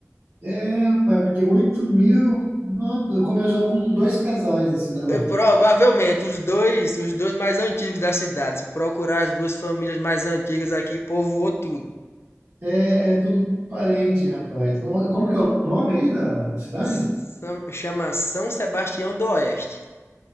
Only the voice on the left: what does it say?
É, Provavelmente os dois, os dois mais antigos da cidade. Se procurar as duas famílias mais antigas aqui, povoou tudo.
Sam- Chama São Sebastião do Oeste.